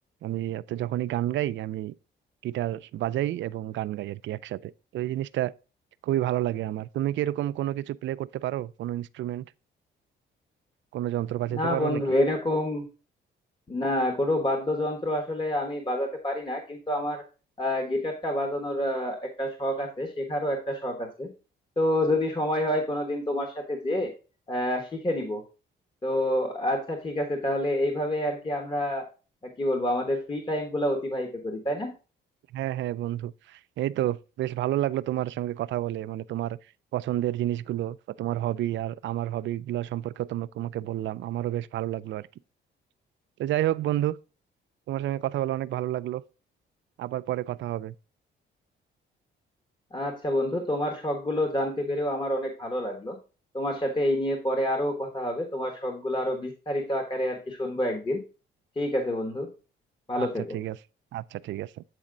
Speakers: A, on the right (about 70°); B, on the left (about 25°).
A: আমি হচ্ছে যখনই গান গাই আমি গিটার বাজাই এবং গান গাই আর কি একসাথে তো এই জিনিসটা খুবই ভালো লাগে আমার তুমি কি এরকম কোনো কিছু প্লে করতে পারো কোনো ইনস্ট্রুমেন্ট কোনো যন্ত্র বাজাতে
B: না
A: পারো
B: বন্ধু
A: নাকি
B: এরকম না কোনো বাদ্যযন্ত্র আসলে আমি বাজাতে পারি না কিন্তু আমার আহ, গিটারটা বাজানোর আহ, একটা শখ আছে শেখারও একটা শখ আছে তো যদি সময় হয় কোনোদিন তোমার সাথে যেয়ে আহ, শিখে নিব তো আচ্ছা ঠিক আছে তাহলে এইভাবে আর কি আমরা আহ, কি বলবো আমাদের ফ্রি টাইম গুলা অতিবাহিত করি তাই না
A: হ্যাঁ হ্যাঁ বন্ধু এই তো বেশ ভালো লাগলো তোমার সঙ্গে কথা বলে মানে তোমার পছন্দের জিনিসগুলো বা তোমার হবি আর আমার হবি গুলো সম্পর্কে তোমাকে তোমাকে বললাম আমারও বেশ ভালো লাগলো আর কি তো যাই হোক বন্ধু তোমার সঙ্গে কথা বলে অনেক ভালো লাগলো আবার পরে কথা হবে
B: আচ্ছা বন্ধু তোমার শখ গুলো জানতে পেরেও আমার অনেক ভালো লাগলো তোমার সাথে এই নিয়ে পরে আরো কথা হবে তোমার শখ গুলো আরো বিস্তারিত আকারে আর কি শুনবো একদিন ঠিক আছে বন্ধু ভালো
A: আচ্ছা
B: থেকো
A: ঠিক আছে আচ্ছা ঠিক আছে